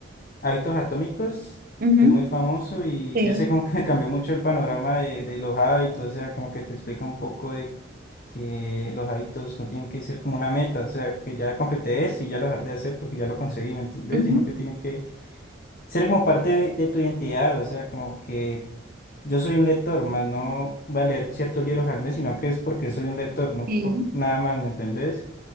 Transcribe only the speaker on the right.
Ujú.
Sí.
Ujú.
Sí.